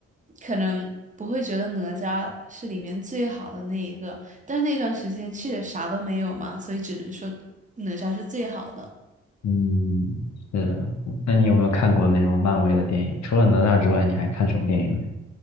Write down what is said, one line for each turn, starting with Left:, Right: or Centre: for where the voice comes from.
Right: 可能不会觉得哪吒是里面最好的那一个，但是那段时间确实啥都没有嘛，所以只能说哪吒是最好的。
Left: 嗯，是的。那你有没有看过那种漫威的电影？除了哪吒之外，你还看什么电影